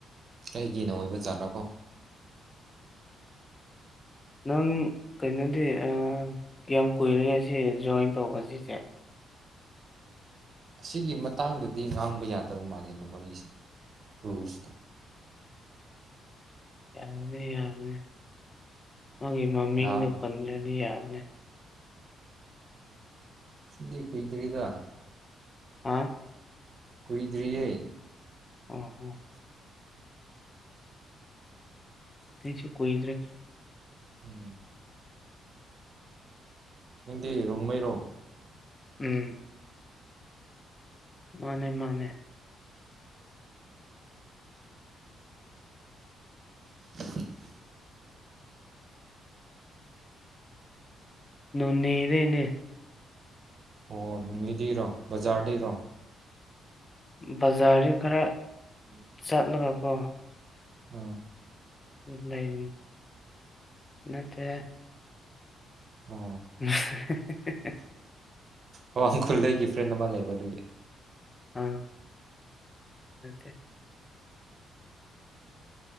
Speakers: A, on the right (about 50°); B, on the left (about 25°).
A: ꯀꯩꯒꯤꯅ ꯑꯣꯏꯕ ꯖꯥꯠꯂꯥꯀꯣ
B: ꯅꯪ ꯀꯩꯅꯣꯗꯤ ꯑ ꯀ꯭ꯌꯥꯝ ꯀꯨꯏꯔꯦ ꯁꯤ ꯖꯣꯏꯟ ꯇꯧꯕ ꯁꯤꯁꯦ
A: ꯑꯁꯤꯒꯤ ꯃꯇꯥꯡꯗꯗꯤ ꯉꯥꯡꯕ ꯌꯥꯗꯕ ꯃꯥꯜꯂꯤꯅꯦ ꯋꯥꯔꯤꯁꯦ ꯔꯨꯜꯁꯇꯣ
B: ꯌꯥꯕꯅꯤ ꯌꯥꯕꯅꯤ ꯃꯥꯒꯤ ꯃꯃꯤꯡꯗꯣ
A: ꯌꯥꯕ
B: ꯄꯟꯗ꯭ꯔꯗꯤ ꯌꯥꯕꯅꯤ
A: ꯁꯤꯗꯤ ꯀꯨꯏꯗ꯭ꯔꯤꯗ
B: ꯍꯥꯥ
A: ꯀꯨꯏꯗ꯭ꯔꯤꯌꯦ
B: ꯑꯣ ꯍꯣ ꯑꯩꯁꯨ ꯀꯨꯏꯗ꯭ꯔꯤ
A: ꯎꯝ ꯅꯪꯗꯤ ꯔꯣꯡꯃꯩꯔꯣ
B: ꯎꯝ ꯃꯥꯅꯦ ꯃꯥꯅꯦ
A: <inaudible>
B: ꯅꯣꯅꯦꯗꯩꯅꯦ
A: ꯑꯣ ꯅꯣꯅꯦꯗꯩꯔꯣ ꯕꯖꯥꯔꯗꯩꯔꯣ
B: ꯕꯖꯥꯔꯗꯩ ꯈꯔ ꯆꯠꯂꯒ ꯀꯣ
A: ꯑ
B: ꯂꯩꯔꯤꯅꯤ ꯅꯠꯇꯦ
A: ꯑꯣ
B: <unintelligible>
A: ꯃꯋꯥꯡꯈꯨꯜꯗꯒꯤ ꯐ꯭ꯔꯦꯟ ꯑꯃ ꯂꯩꯕ ꯑꯗꯨꯒꯤ
B: ꯑ <unintelligible>